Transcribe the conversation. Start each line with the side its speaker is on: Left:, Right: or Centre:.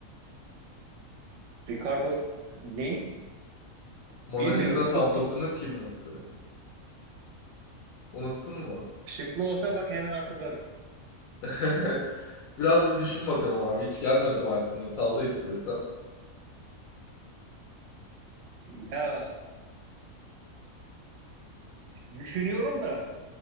Right: Ricardo ne?
Left: Mona
Right: Bilmiyorum,
Left: Lisa tablosunu
Right: unuttum.
Left: kim yaptı? Unuttun mu?
Right: Şıklı olsa bak hemen hatırlarım.
Left: <laughs> Biraz bir düşün bakalım abi. Hiç gelmedim aklına. Salla istiyorsan.
Right: Ya düşünüyorum da